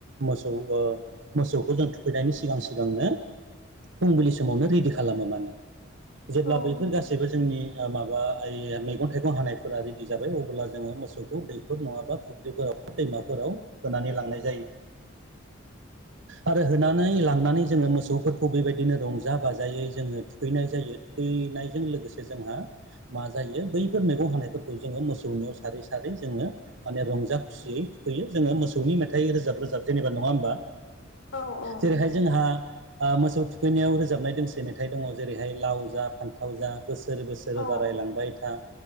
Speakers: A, on the right; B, on the left.
A: मोसौ ओ मोसखौ जों थुखैनायनि सिगां सिगांनो। फुंबिलि समावनो रेडि खालामहोलाङो जेब्ला
B: औ
A: बैफोर गासैबो जोंनि माबा मैगं थाइगं हानायफोरा रेडि जाबाय अब्ला जोङो मोसौखौ दैफोर नङाबा फुख्रिफोराव दैमाफोराव होनानै लांनाय जायो। आरो होनानै लांनानै जोङो। मोसौफोरखौ बेबायदिनो रंजा बाजायै जोङो थुखैनाय जायो थुखैनायजों लोगोसे जोंहा। मा जायो बैफोर मैगं हानायफोरखौ जोङो मोसौनियाव सारै सारै जोङो माने रंजा खुसियै। थुखैयो जोङो मोसौनि मेथाइ रोजाब रोजाब जेनेबा नङा होमबा
B: औ औ
A: जेरैहाय
B: नंगौ
A: जोंहा। मोसौ थुखैनायाव रोजाबनाय दोंसे मेथाइ दङ जेरैहाय लाव जा फान्थाव जा। बोसोर बोसोरै
B: औ
A: बारायलांबाय था।